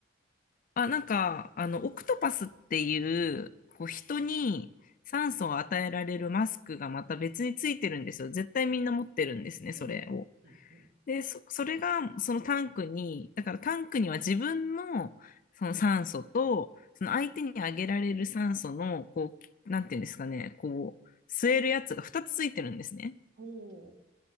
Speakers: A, on the left; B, on the right.
A: あ、なんか、あの、オクトパスっていう、こう、人に酸素を与えられるマスクがまた別についてるんですよ。絶対みんな持ってるんですね、それを。
B: うんうんうんうん。
A: で、そ、それが、そのタンクに、だからタンクには自分の、その酸素と、その相手にあげられる酸素の、こう、なんていうんですかね、こう、吸えるやつが2つついてるんですね。
B: おお。